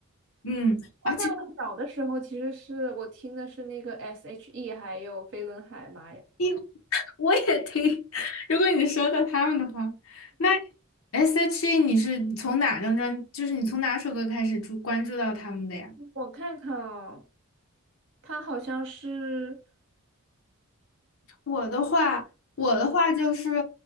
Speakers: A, on the left; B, on the right.
A: 嗯，
B: 不过在我小的时候，
A: 而且
B: 其实是我听的是那个 S.H.E，还有飞轮海妈嘛。
A: <laughs> 因我也听，<laughs> 如果你说到他们的话，那 S.H.E 你是从哪张专，就是你从哪首歌开始注关注到他们的呀？
B: 我看看啊，他好像是，
A: 我的话，我的话就是
B: 嗯